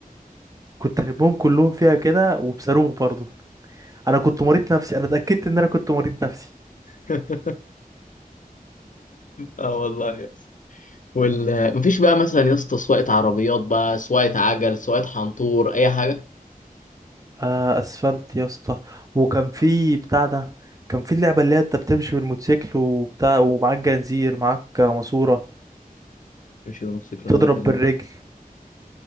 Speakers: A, on the right; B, on the left.
A: كنت البهم كلهم فيها كده وبصاروخ برضو انا كنت مريض نفسي انا اتاكدت ان انا كنت مريض نفسي
B: <laughs> اه والله يا اسطى. وال مفيش بقى مثلا يا اسطى سواقة عربيات بقى سواقة عجل سواقة حنطور اي حاجة
A: آه اسفلت يا اسطى وكان في بتاع ده كان في اللعبه اللي هي انت بتمشي بالموتوسيكل وبتاع ومعاك جنزير معاك ماسوره
B: مفيش الموتوسيكل المعجل
A: تضرب بالرجل
B: دي